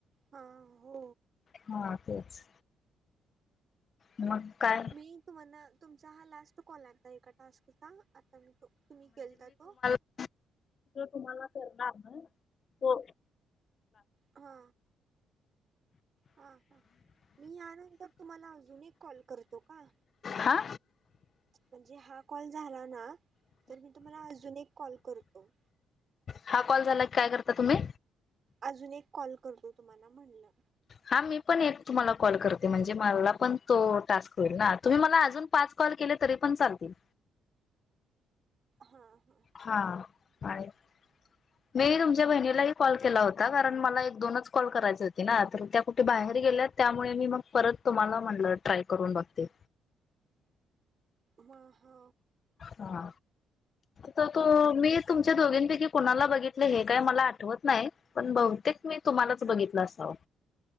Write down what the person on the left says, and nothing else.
हा तेच मग काय?
तो तुम्हाला करणार न हो
हा
हा कॉल झाला की, काय करता तुम्ही?
हा मी पण एक तुम्हाला कॉल करते. म्हणजे मला पण तो टास्क होईल ना तुम्ही मला अजून पाच कॉल केले तरी पण चालतील.
हा आणि
मी तुमच्या बहिणीलाही कॉल केला होता. कारण मला एक दोनच कॉल करायचे होते ना, तर त्या कुठे बाहेर गेल्यात त्यामुळे मी मग परत तुम्हाला म्हणलं ट्राय करून बघते.
हा त तो मी तुमच्या दोघींपैकी कुणाला बघितलय हे काय मला आठवत नाय. पण बहुतेक मी तुम्हालाच बघितलं असावं.